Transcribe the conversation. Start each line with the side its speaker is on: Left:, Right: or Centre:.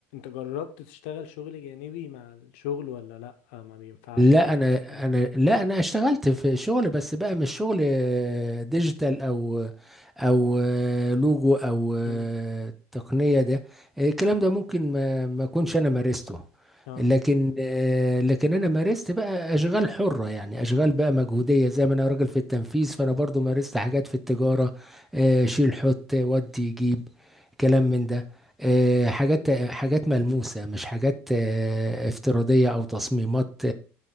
Left: جربت تشتغل شغل جانبي مع الشغل ولا لا ما بينفعش
Centre: لا
Left: الوقت
Centre: انا
Left: او كده
Centre: انا لا انا اشتغلت في شغل بس بقى مش شغل آه، ديجيتال او او آه، لوجو او آه،
Left: امم
Centre: تقنية ده الكلام ده ممكن ما ما اكونش انا مارسته
Left: اه
Centre: لكن آه، لكن انا مارست بقى اشغال حرة يعني اشغال بقى مجهودية زي ما انا راجل في التنفيذ فانا برضو مارست حاجات في التجارة آه، شيل حط ودي جيب كلام من ده آه، حاجات حاجات ملموسة مش حاجات آه، افتراضية أو تصميمات